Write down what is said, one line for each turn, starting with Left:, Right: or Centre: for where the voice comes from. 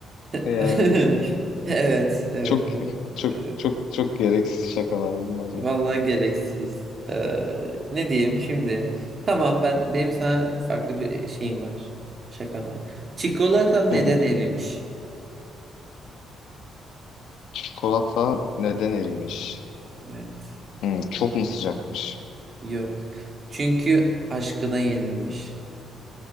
Left: Yani
Right: <laughs> Evet, evet
Left: çok
Right: çok
Left: çok
Right: e,
Left: çok çok gereksiz şakalar bunlar
Right: vallahi
Left: ya.
Right: gereksiz. E, ne diyeyim şimdi? Tamam ben benim sana farklı bir şeyim var. Şakam var. Çikolata neden
Left: Hı hı.
Right: erimiş?
Left: Çikolata neden erimiş?
Right: Evet.
Left: Hmm, çok mu sıcakmış?
Right: Yok. Çünkü aşkına yenilmiş.